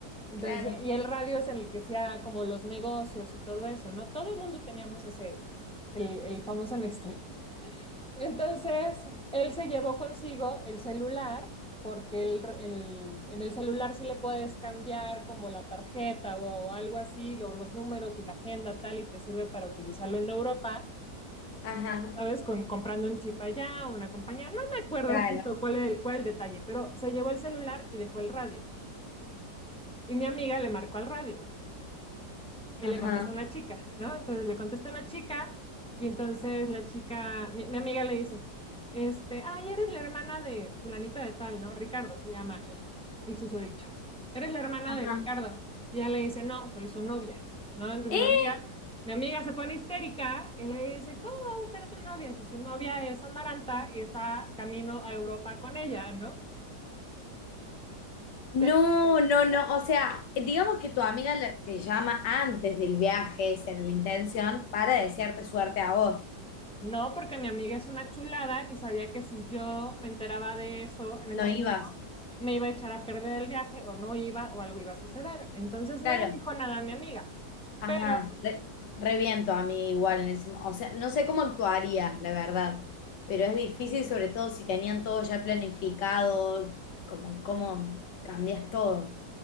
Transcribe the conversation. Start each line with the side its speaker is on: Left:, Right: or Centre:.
Centre: Entonces,
Left: Claro,
Centre: y el radio es en el que hacía como los negocios y todo eso, ¿no? Todo el mundo teníamos ese, el, el famoso Nextel. Entonces, él se llevó consigo el celular, porque el- el- en el celular sí le puedes cambiar como la tarjeta o algo así, o los números y la agenda tal, y te sirve para utilizarlo en Europa,
Left: ajá,
Centre: ¿sabes? Con, comprando un chip allá, una compañía, no me acuerdo
Left: claro,
Centre: justo cuál es el, cuál el detalle, pero se llevó el celular y dejó el radio. Y mi amiga le marcó al radio. Y
Left: ajá,
Centre: le contesta una chica, ¿no? Entonces le contesta una chica y entonces la chica, mi, mi amiga le dice, este, ay, eres la hermana de fulanito de tal, ¿no? Ricardo se llama el, el susodicho. Eres la hermana
Left: ajá.
Centre: de Ricardo. Y ella le dice, no, soy su novia, ¿no? Entonces
Left: ¡Eh!
Centre: mi amiga, mi amiga se pone histérica y le dice, ¿cómo vas a ser su novia si su novia es Amaranta y está camino a Europa con ella, ¿no? Te-
Left: No, no, no. O sea, digamos que tu amiga la- te llama antes del viaje, esa era la intención, para desearte suerte a vos.
Centre: No, porque mi amiga es una chulada y sabía que si yo me enteraba de eso en el
Left: No
Centre: camino,
Left: ibas.
Centre: me iba a echar a perder el viaje o no iba o algo iba a suceder. Entonces no
Left: Claro.
Centre: me dijo nada mi amiga,
Left: Ajá.
Centre: pero
Left: Re, re bien tu amiga igual en ese mo- O sea, no sé cómo actuaría, la verdad. Pero es difícil, sobre todo si tenían todo ya planificado, como cómo cambias todo.